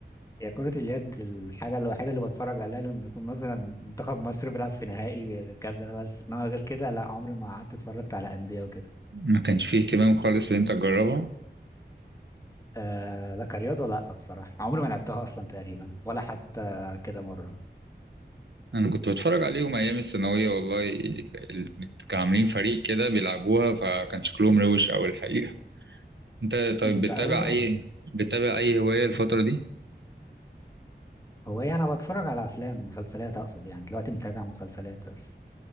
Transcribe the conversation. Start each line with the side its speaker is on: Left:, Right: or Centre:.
Left: هي كرة اليد الحاجة الوحيدة اللي بتفرج عليها لما يكون مثلا منتخب مصر بيلعب في نهائي كذا بس انما غير كده لا عمري ما قعدت اتفرجت على أندية وكده
Right: ما كانش فيه اهتمام خالص إن أنت تجربها
Left: آه لا كرياضة لا بصراحة عمري ما لعبتها أصلا تقريبا ولا حتى كده مرة
Right: أنا كنت بتفرج عليهم أيام الثانوية والله ال- كانوا عاملين فريق كده بيلعبوها فكان شكلهم روش أوي الحقيقة أنت طيب
Left: أمم،
Right: بتتابع
Left: لا رياضة
Right: أي بتتابع أي هواية الفترة دي؟
Left: هو يعني أنا بتفرج على أفلام مسلسلات أقصد يعني دلوقتي متابع مسلسلات بس